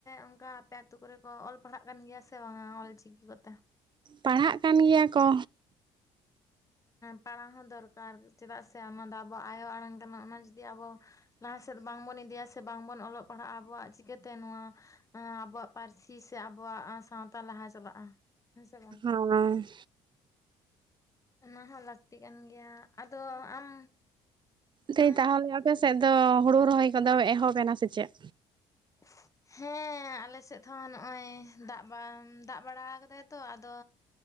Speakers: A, on the left; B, on the right.
A: ᱚᱱᱠᱟ ᱟᱯᱮ ᱟᱛᱳ ᱠᱚᱨᱮ ᱠᱚ ᱚᱞ ᱯᱟᱲᱦᱟᱜ ᱠᱟᱱ ᱜᱮᱭᱟ ᱥᱮ ᱵᱟᱝᱟ ᱚᱞᱪᱤᱠᱤ ᱠᱚᱛᱮ
B: ᱯᱟᱲᱦᱟᱜ ᱠᱟᱱ ᱜᱮᱭᱟ ᱠᱚ
A: ᱯᱟᱲᱟᱣ ᱦᱚᱸ ᱫᱚᱨᱠᱟᱨ ᱪᱮᱫᱟᱜ ᱥᱮ ᱚᱱᱟ ᱫᱚ ᱟᱵᱚᱣᱟᱜ ᱟᱭᱳ ᱟᱲᱟᱝ ᱠᱟᱱᱟ ᱚᱱᱟ ᱡᱩᱫᱤ ᱟᱵᱚ ᱞᱟᱦᱟ ᱥᱮᱫ ᱵᱟᱝᱵᱚᱱ ᱤᱫᱤᱭᱟ ᱥᱮ ᱵᱟᱝᱵᱚᱱ ᱚᱞᱚᱜ ᱯᱟᱲᱦᱟᱜᱼᱟ ᱟᱵᱚᱣᱟᱜ ᱪᱤᱠᱟᱹᱛᱮ ᱱᱚᱣᱟ, ᱟᱵᱚᱣᱟᱜ ᱯᱟᱹᱨᱥᱤ ᱥᱮ ᱟᱵᱩᱣᱟᱜ ᱥᱟᱶᱛᱟ ᱞᱟᱦᱟ ᱪᱟᱞᱟᱜᱼᱟ ᱦᱮᱸᱥᱮ ᱵᱟᱝ
B: ᱚᱱᱮ
A: ᱚᱱᱟ ᱦᱚᱸ ᱞᱟᱹᱠᱛᱤ ᱠᱟᱱ ᱜᱮᱭᱟ ᱟᱫᱚ ᱟᱢ
B: ᱫᱟᱹᱭ
A: ᱦᱮᱸ
B: ᱛᱟᱦᱚᱞᱮ ᱟᱯᱮ ᱥᱮᱫ ᱫᱚ ᱦᱩᱲᱩ ᱨᱚᱦᱚᱭ ᱠᱚᱫᱚ ᱮᱦᱚᱵ ᱮᱱᱟ ᱥᱮ ᱪᱮᱫ?
A: <inaudible> ᱦᱮᱸ ᱟᱞᱮ ᱥᱮᱫ ᱦᱚᱸ ᱱᱚᱜᱼᱚᱭ ᱫᱟᱜ ᱵᱟᱝ ᱫᱟᱜ ᱵᱟᱲᱟ ᱠᱟᱫᱟᱭ ᱛᱚ ᱟᱫᱚ